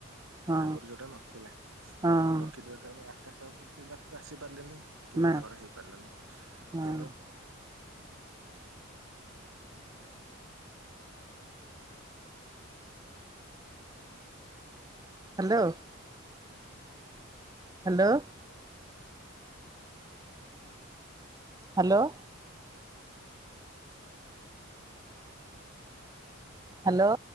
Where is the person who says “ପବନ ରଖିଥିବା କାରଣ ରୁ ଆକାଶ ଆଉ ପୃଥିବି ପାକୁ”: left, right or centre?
Right